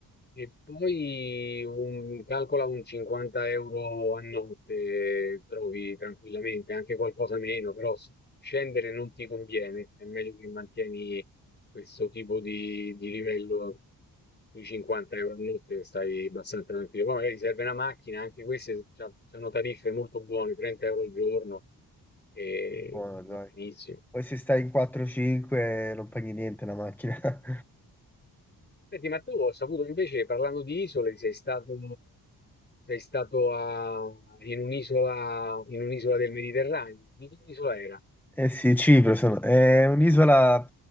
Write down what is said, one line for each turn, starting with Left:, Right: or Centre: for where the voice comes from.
Left: E poi un, calcola un 50 euro a notte, eh, trovi tranquillamente, anche qualcosa meno, però s- scendere non ti conviene, è meglio che mantieni questo tipo di, di livello sui 50 euro a notte, stai abbastanza tranquillo. Poi magari serve una macchina, anche queste c'ha- hanno tariffe molto buone, 30 euro al giorno. E
Centre: Buono, dai.
Left: va benissimo.
Centre: Poi se stai in 4-5 non paghi niente la macchina. <laughs>
Left: Senti, ma tu ho saputo invece, parlando di isole, sei stato, sei stato a- in un'isola, in un'isola del Mediterraneo. Di che isola era?
Centre: Eh sì, Cipro sono- è un'isola,